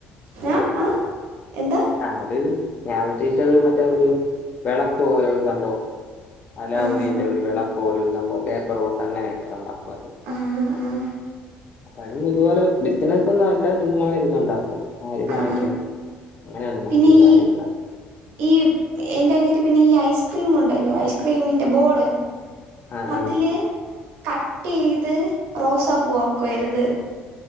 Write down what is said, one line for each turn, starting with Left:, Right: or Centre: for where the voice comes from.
Right: ന
Left: ഉം.
Right: ആഹ് എന്താ
Left: അത് ഞാൻഉദ്ദേശിച്ചത് മറ്റേഒരു വെളക്ക്പോലൊരുസംഭവം അലാവുദീന്റെ
Right: ആ ആ ആ
Left: ഒരുവിളക്കൊലൊര് സംഭവം പേപ്പറോൺത്തങ്ങനെ കണ്ടപറിം
Right: ആഹ് ആഹ്
Left: ഫനുംഇത്പോലെ ബിസ്റ്റ്ണസ് ഒന്നും അല്ല ചുമ്മയിരുന്നുണ്ടാക്കും ആര്
Right: ആ
Left: വാങ്ങിക്ക്യാൻ
Right: ആ
Left: അങ്ങനെയൊന്നുവങ്ങിക്ക്യൂല
Right: പിന്നെ ഈ
Left: ആരിബടെ <unintelligible>
Right: ഈ എന്റെഅനിയത്തി പിന്നെ ഈ ഐസ്ക്രീമുണ്ടല്ലോ ഐസ്ക്രീമിൻ്റെ ബോള്
Left: ആഹ്
Right: അതില്
Left: ആഹ്.
Right: കട്ടെയ്ത് റോസപൂവാക്കരുത്